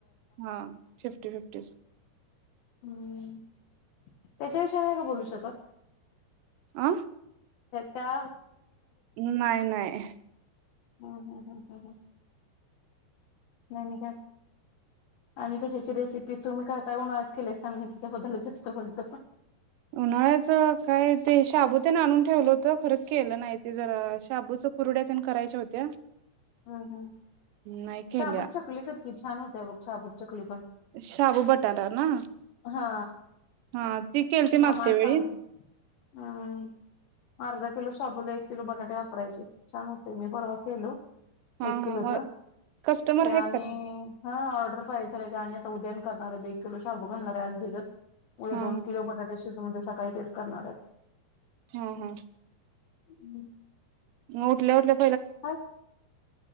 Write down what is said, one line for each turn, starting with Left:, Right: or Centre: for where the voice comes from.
Right: हा फिफ्टी फिफ्टी
Left: हम्म त्याच्याविषयी आम्ही का बोलू शकत.
Right: आं
Left: त्याता
Right: नाही नाही
Left: हम् ह ह ह नाही नाही काय आणि कशाची रेसिपी तुम्ही काय काय उनळच केले असता म त्याच्याबद्दलच जास्त बोलतो.
Right: उन्हाळ्याच काय ते शाबू त्याने आणून ठेवलं होत खरं केलं नाही ते जरा शाबूच कुरड्या त्यान करायच्या होत्या.
Left: हम्म हम्
Right: नाही केल्या
Left: चहा बुच्छा को लकर क छान होती. साबू चकली प
Right: शब बटाला ना
Left: हा
Right: हा ती केलती
Left: प्रमाण
Right: मागच्या वेळी
Left: चांगत हम्म अर्धा किलो शाबूला एक किलो बटाटे वापरायचे छान होते मी परवा केलो.
Right: हा
Left: एक किलोच
Right: हा मग कस्टमर आहेत
Left: आणि
Right: का
Left: हा पा आणि आता उद्यान करणार आहे ब एक किलो शाब घालणार आहे आज भिजत. मे
Right: हा
Left: दोन कलो बटाट ष म सकाळी तेच करणार आहेत.
Right: हम् हम
Left: हम्म
Right: उठल्या उठलं.
Left: ह